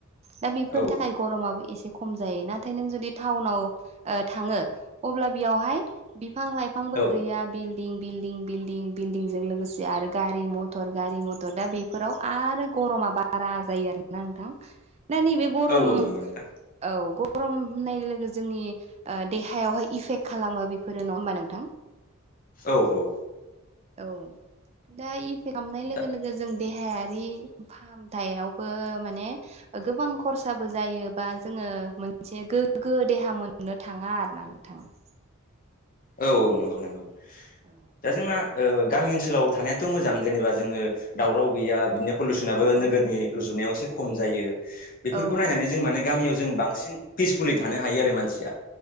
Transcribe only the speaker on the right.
दा बेफोरनि
थाखाय। गरमाबो एसे खम जायो नाथाय नों जुदि टाउनाव। ओ थाङो अब्ला बियावहाय बिफां लाइफ। फांबो
गैया बिल्डिं बिल्डिं बिल्डं बिल्ड। दिंजों लोगोसे आरो गारि मथर गारि मटर दा बेफोराव आरो गरमा बा। आरा जायो आरोना नोंथां ना नैबे गरम।
औ गरम होननाय लोगो जोंनि। ओ देहायावहाय इफेक्ट खालामो बेफोरो नङा होमबा नोंथां।
औ दा इफेक्ट आमनाय
लोगो लोगो जों देहायारि फा। फाहामथायावबो माने। ओ गोबां खरसाबो जायोबा जोङो मोनसे गोग्गो देहा मोननो थाङा आरो ना। <unintelligible>
औ
औ
औ
औ